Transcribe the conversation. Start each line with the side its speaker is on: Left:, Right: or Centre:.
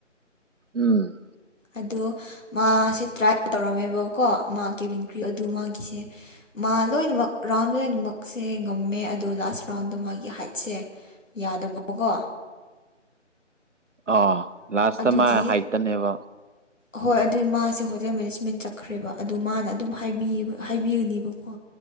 Right: ꯎꯝ
Left: ꯑꯗꯣ ꯃꯥꯁꯦ ꯇ꯭ꯔꯥꯏꯞ ꯇꯧꯔꯝꯃꯦꯕꯀꯣ ꯃꯥꯒꯤ ꯕꯤꯟꯀ꯭ꯔꯤ ꯑꯗꯨ ꯃꯥꯒꯤꯁꯦ ꯃꯥ ꯂꯣꯏꯅꯃꯛ ꯔꯥꯎꯟ ꯂꯣꯏꯅꯃꯛꯁꯦ ꯉꯝꯃꯦ ꯑꯗꯣ ꯂꯥꯁ ꯔꯥꯎꯟꯗ ꯃꯥꯒꯤ ꯍꯥꯏꯠꯁꯦ ꯌꯥꯗꯕꯀꯣ
Right: ꯑ ꯂꯥꯁꯇ
Left: ꯑꯗꯨꯒꯤ
Right: ꯃꯥ ꯍꯥꯏꯠꯇꯅꯦꯕ
Left: ꯍꯣꯏ ꯑꯗꯨꯏ ꯃꯥꯁꯦ ꯍꯣꯇꯦꯜ ꯃꯦꯅꯦꯖꯃꯦꯟ ꯆꯠꯈ꯭ꯔꯦꯕ ꯑꯗꯨ ꯃꯥꯅ ꯑꯗꯨꯝ ꯍꯥꯏꯕꯤꯌꯦꯕ ꯍꯥꯏꯕꯤꯕꯅꯦꯕꯀꯣ